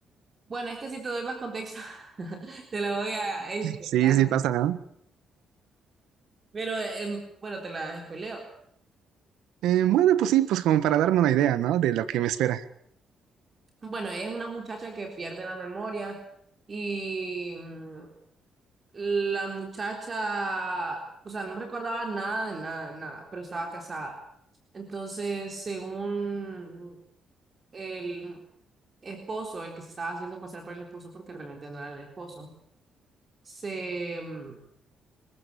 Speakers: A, on the right (about 35°); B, on the right (about 85°).
A: bueno, es que si te doy más contexto, <laughs> te la voy a explicar.
B: Sí, sí pasa, ¿no?
A: Pero em, bueno, te la spoileo.
B: Eh, bueno, pues sí, pues como para darme una idea, ¿no? De lo que me espera.
A: Bueno, es una muchacha que pierde la memoria y mm, la muchacha, o sea, no recordaba nada de nada, de nada, pero estaba casada. Entonces, según el esposo, el que se estaba haciendo pasar por el esposo, porque realmente no era el esposo, se, mm,